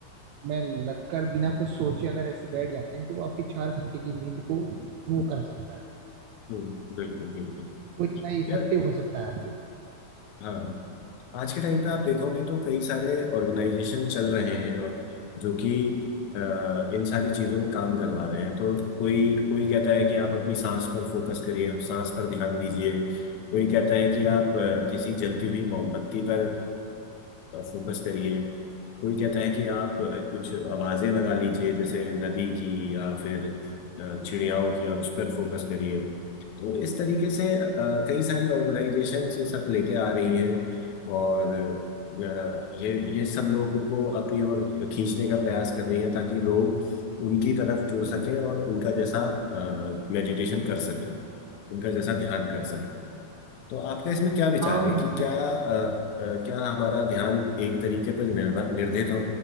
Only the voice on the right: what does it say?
में लगकर बिना कुछ सोचे अगर ऐसे बैठ जाते हैं तो वो आपकी चार घंटे की नींद को वो कर सकता है
वो इतना इफेक्टिव
हो सकता है आपके लिए
आम